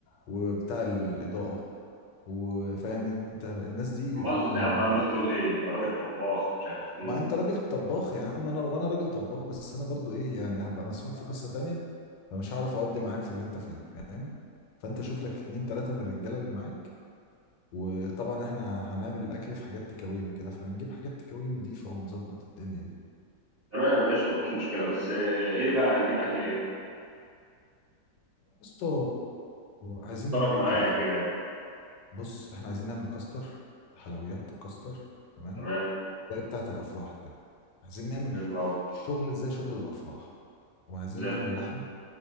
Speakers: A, on the left; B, on the right.
A: وبتاع الاضاءه وفاهم انت الناس دي
B: امال
A: انا
B: يا عم
A: متكفل
B: عمال تقول لي انت راجل طباخ مش عارف ايه
A: ما انت راجل طباخ يا عم انا وانا راجل طباخ بس انا برضو ايه يعني هبقى مسؤول في قصة تانية فمش هعرف اودي معاك في اللي انت فيه فاهم فانت شوف لك اتنين تلاتة من الرجالة اللي معاك وطبعا احنا هنعمل الاكل في حاجات تكاوي وكده فهنجيب حاجات تكاوي نضيفة ونظبط الدنيا دي
B: تمام قشطه مفيش مشكله بس ايه بقى هنجيب اكل ايه
A: يا اسطى عايزين
B: اقترح
A: نعمل
B: معايا
A: اكل اصلا
B: كده يعني
A: بص احنا عايزين نعمل كاستر حلويات كاستر تمام
B: تمام
A: زي بتاعة الافراح كده عايزين نعمل
B: حلو قوي
A: شغل زي شغل الافراح وعايزين
B: زي
A: نعمل
B: الف-
A: لحمة